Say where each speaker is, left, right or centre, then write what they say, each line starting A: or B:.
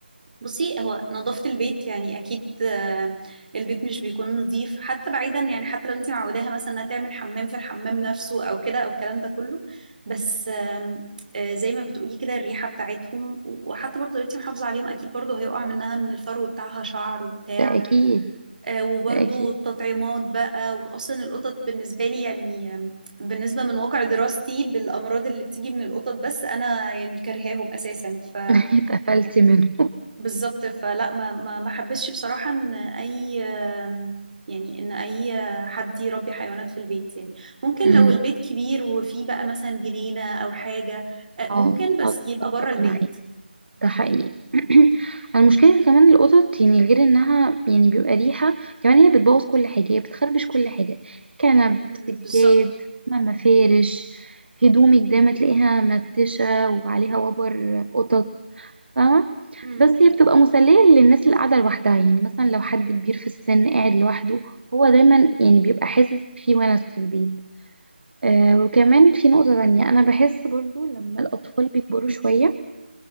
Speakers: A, on the right; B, on the right.
A: بصي هو نظافة البيت يعني أكيد آه، البيت مش بيكون نظيف حتى بعيدا يعني حتى لو أنت معوداها مثلا إنها تعمل حمام في الحمام نفسه أو كده أو الكلام ده كله بس آم، آه، زي ما بتقولي كده الريحة بتاعتهم و- وحتى برضه لو أنت محافظة عليهم أكيد برضه هيقع منها من الفرو بتاعها شعر وبتاع
B: ده اكيد
A: آه، وبرضه
B: ده اكيد
A: التطعيمات بقى وأصلا القطط بالنسبة لي يعني آم، بالنسبة من واقع دراستي بالأمراض اللي بتيجي من القطط بس أنا يعني كرهاهم أساسا ف
B: <laughs> اتقفلتي منه
A: بالظبط فلا ما ما ما حبسش بصراحة ان اي يعني ان اي حد يربي حيوانات في البيت يعني ممكن
B: امم
A: لو البيت كبير وفيه بقى مثلا جنينة او حاجة آه،
B: اه
A: ممكن بس
B: اتفق
A: يبقى بره البيت
B: معاكي. ده حقيقي <clears throat> المشكلة كمان القطط يعني غير انها يعني بيبقى ريحة كمان هي بتبوظ كل حاجة هي بتخربش كل حاجة كنب
A: امم
B: سجاد
A: بالظبط
B: ما مفارش هدومك دايما تلاقيها منتشة وعليها وبر قطط فاهمة
A: امم
B: بس هي بتبقى مسلية للناس اللي قاعدة لوحدها يعني مثلا لو حد كبير في السن قاعد لوحده هو دايما يعني بيبقى حاسس في ونس في البيت آه وكمان في نقطة تانية أنا بحس برضو لما الأطفال بيكبروا شوية